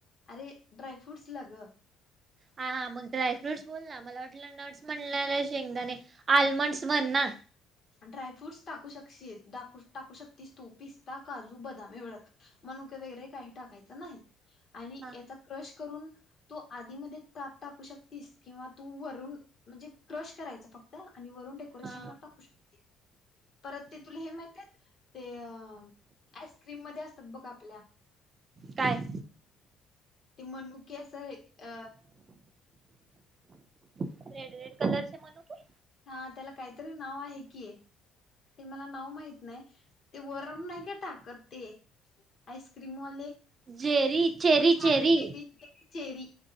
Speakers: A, on the left (about 40°); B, on the right (about 30°).
A: अरे! ड्रायफ्रूट्सला गं.
B: हा, हा. मग ड्राय फ्रूट्स बोल ना. मला वाटलं नट्स म्हणल्यावर शेंगदाणे. आल्मंडस म्हण ना.
A: ड्रायफ्रूटस टाकू शकशी दाखू - टाकू शकतीस तू. पिस्ता, काजू, बदाम एवढच. मणुके वगैरे काही टाकायचं नाही. आणि
B: हा
A: याचा क्रश करून तो आधीमध्ये टा टाकू शकतीस. किंवा तू वरून म्हणजे क्रश करायच फक् आणि वरून डेकोरेशनला
B: हा
A: टाकू शकती. परत ते तुला हे माहितेयत, ते अ ह. आईस्क्रीम मध्ये असतात बघ, आपल्या.
B: काय?
A: ते मणूके असं हे अ
B: रेड- रेड कलरचे मनूके?
A: हा, त्याला काहीतरी नाव आहे की? ते मला नाव माहीत नाही. ते वरून नाही का टाकत ते आईस्क्रीमवाले.
B: जेरी. चेरी
A: हा
B: चेरी
A: <unintelligible> चेरी.